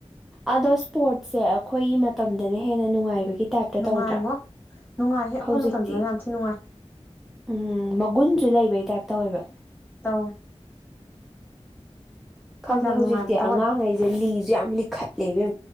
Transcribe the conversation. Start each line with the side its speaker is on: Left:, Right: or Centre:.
Centre: ꯑꯗꯣ ꯁ꯭ꯄꯣꯔꯠꯁꯦ ꯑꯩꯈꯣꯏꯒꯤ ꯃꯇꯝꯗꯅ ꯍꯦꯟꯅ ꯅꯨꯡꯉꯥꯏꯕ ꯒꯤ ꯇꯥꯏꯞꯇ
Left: ꯅꯨꯡꯉꯥꯏꯉꯣ
Centre: ꯇꯧꯗ꯭ꯔꯥ
Left: ꯅꯨꯡꯉꯥꯏꯍꯦ ꯑꯩꯈꯣꯏ
Centre: ꯍꯧꯖꯤꯛꯇꯤ
Left: ꯃꯇꯝꯗꯅ ꯌꯥꯝ ꯊꯤ ꯅꯨꯡꯉꯥꯏ
Centre: ꯎꯝ ꯃꯒꯨꯟꯁꯨ ꯂꯩꯕꯩ ꯇꯥꯏꯞ ꯇꯧꯋꯦꯕ
Left: ꯇꯥꯎ
Centre: ꯈꯪꯗꯦ
Left: ꯌꯥꯝ
Centre: ꯍꯧꯖꯤꯛꯇꯤ
Left: ꯅꯨꯡꯉꯥꯏꯕꯗꯣ
Centre: ꯑꯉꯥꯡꯈꯩꯁꯦ
Left: ꯑꯣꯏ
Centre: ꯂꯤꯁꯨ ꯌꯥꯝ ꯂꯤꯈꯠꯂꯦꯕ